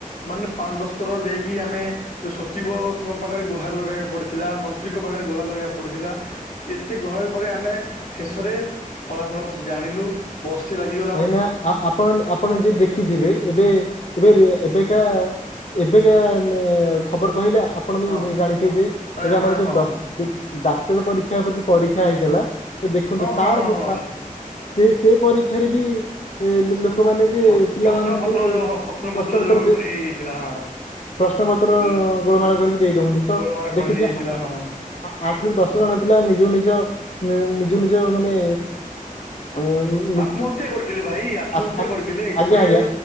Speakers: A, on the left (about 70°); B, on the left (about 50°).
A: ମାନେ ପାଞ୍ଚ ଦଶ ଥର ଦେଇକି ଆମେ ଯୋଉ ସଚିବଙ୍କ ପାଖରେ ଗୁହାର ଲଗେଇବାକୁ ପଡିଥିଲା, ମନ୍ତ୍ରୀଙ୍କ ପାଖରେ ଗୁହାର ଲଗେଇବାକୁ ପଡିଥିଲା। କେତେ ଗୁହାର ପରେ ଆମେ ଶେଷରେ ଫଳାଫଳ ଜାଣିଲୁ। ବର୍ଷେ ଲାଗିିଗ
B: କାହିଁନା ଆ-ଆପଣମାନେ ଆପଣ ଯେ ଦେଖିଥିବେ ଏବେ ଏବେର ଏବେକା ଏବେକା-ଆ-ଆ ନା ଖବର କହିଲେ ଆପଣ ବି
A: ହଁ
B: ଜା-ଜା-ଜାଣିଥିବେ ଯେ
A: ମାନେ
B: ଏବେ ଆମର
A: ମାନେ
B: ଯୋଉ
A: ହଁ
B: ଡକ୍ ଯୋଉ ଡାକ୍ତର ପରୀକ୍ଷା ପରେ ଯୋଉ ପରୀକ୍ଷା ହେଇଥିଲା ଦେଖନ୍ତୁ
A: ହଁ ହଁ
B: ତାର
A: ହଁ
B: <inaudible>
A: ହଁ
B: ତା ସେ-ସେ ପରୀକ୍ଷ୍ ସେଠାରେ ବି-ଇ ଏ ଲୋକମାନେ ଯେ
A: ପ୍ର
B: ପିଲାମାନଙ୍କରୁ
A: ପ୍ରଶ୍ନ ପତ୍ର ଯୋଉ ହଁ
B: ପ୍ରଶ୍ନ
A: ଯୋଉ
B: ପତ୍ର ଦେ
A: <unintelligible>
B: ପ୍ରଶ୍ନପତ୍ର-ଅ-ଅ-ଅ
A: ଉଁ
B: ଗୋଳମାଳ କରିକି ଦେଇ ଦଉଛନ୍ତି ତ
A: ଗୋଳମାଳ କଣ
B: ଦେଖିଥିବେ
A: ହେଇଯାଇଥିଲା
B: ଆ-ଆ-ଆ
A: ହଁ
B: ଆ-ଆଠରୁ ଦଶ ଜଣ ପିଲା ନିଜକୁ ନିଜ ନିଜକୁ ନିଜ ମାନେ ଆ-ଆ-ମ୍
A: ଆତ୍ମହତ୍ୟା କରିଥିଲେ ଭାଇ ଆତ୍ମହତ୍ୟା
B: ଆଜ୍ଞା
A: କରିଥିଲେ କୋଡିଏ
B: ଆଜ୍ଞା